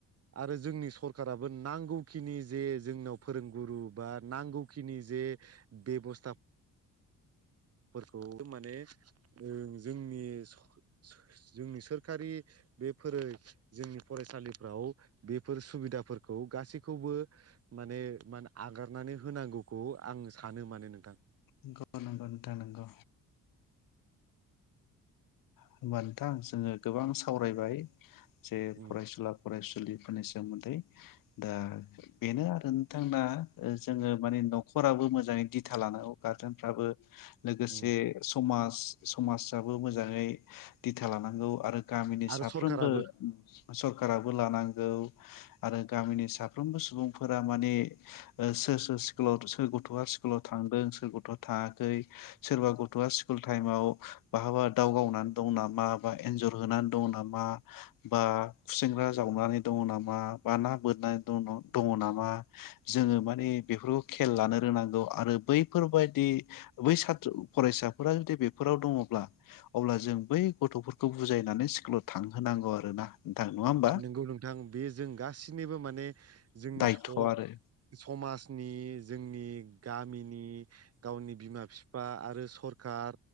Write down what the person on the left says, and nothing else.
नंगौ-नंगौ नोंथां नंगौ होमबा नोंथां जोङो गोबां सावरायबाय जे
फरायसुला फरायसुलिफोरनिसम सोमोन्दै दा बेनो आरो नोंथां दा जोङो माने न'खराबो मोजाङै दिथा लानांगौ। गारजेनफ्राबो लोगोसे
समाज समाजाबो मोजाङै दिथा लानांगौ आरो गामिनि
साफ्रोमबो
सरकाराबो लानांगौ आरो गामिनि सा फ्रोमबो सुबुंफोरा माने ओ सोर सोर स्कुलाव सोर गथ'आ स्कुलाव थांदों सोर गथ'आ थाङाखै सोरबा गथ'आ स्कुल टाइमाव बहाबा दाव गावनानै दं नामा बा एनजर होनानै दङ नामा बा फुसेंग्रा जावनानै दङ नामा बा ना बोननानै द दङ नामा जोङो माने बेफोरखौ खेल लानो रोंनांगौ आरो बै बेफोरबायदि बै साथ्र फरायसाफोरा जुदि बेफोराव दङब्ला अब्ला जों बै गथ'फोरखौ बुजायनानै स्कुलाव थांहोनांगौ आरो ना नोंथां नङा होमबा
दायथ'
आरो